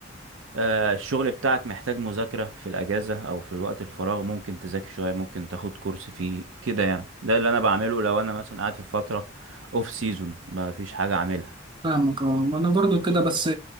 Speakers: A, on the right (about 85°); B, on the right (about 25°).
A: آه الشغل بتاعك محتاج مذاكرة في الاجازة او في الوقت الفراغ ممكن تذاكر شوية ممكن تاخد كورس فيه كده يعني ده اللي انا بعمله لو انا مثلا قاعد في فترة اوف سيزون ما فيش حاجة اعملها
B: فاهمك اه انا برضو كده بس